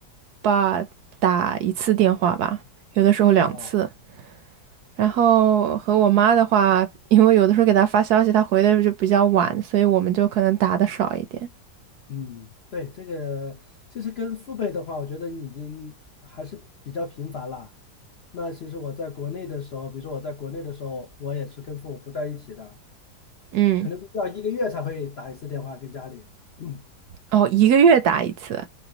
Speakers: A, on the right; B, on the left.
A: 爸打一次电话吧，有的时候两次。
B: 啊，
A: 然后和我妈的话，因为有的时候给她发消息，她回的就比较晚，所以我们就可能打的少一点。
B: 嗯，对，这个其实跟父辈的话，我觉得你已经还是比较频繁了。那其实我在国内的时候，比如说我在国内的时候，我也是跟父母不在一起的，
A: 嗯，
B: 可能要一个月才会打一次电话跟家里。<clears throat> 嗯。
A: 哦，一个月打一次。